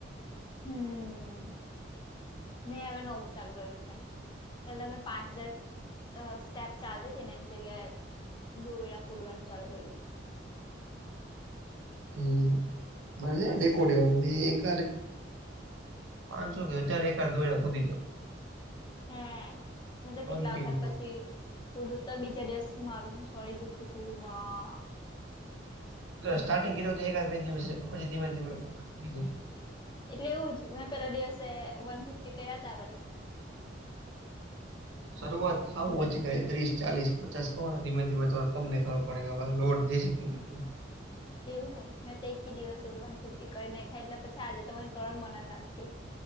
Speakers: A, on the left; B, on the right.
A: હમ. મેં હવે નવું ચાલુ કર્યું છે. પેલા મેં પાંચ હજાર સ્ટેપ ચાલતી હતી ને એની જગ્યાએ દોવેેરા કુદવાનું ચાલુ કરયું છે.
B: હમ મા છે
A: બસો
B: ડેકોડ્યો. એક પાંચસો કે હજાર એકર ધોયા્યા કૂદી જઓ.
A: હમ મેં તો
B: કન્ટિન્યુ
A: કેટલા વખત પછી પુલું તો બીજા દિવસ સુ મારું સોરી દુખતું તું બા.
B: સ્ટાર્ટિંગ કર તો એકાદ બે દિવસ પછી ધીમે ધીમે થઈ જાય.
A: એટલે એવું જ મેં પેલા દિવસે વન ફિફ્ટી કર્યા ત વરી.
B: શરૂઆત થ ઓછી કર ત્રીસ ચાલીસ પચાસ કોણ ધીમે ધીમે તમારા પગ ને ખબર પડ. પડે લોડ દે છે તીનજેમાં.
A: એવું હોય મેં તો એક જ દિવસે જ વન ફિફ્ટી કરી નાખાય એટલે પછી આજે તને કર મનન નથી.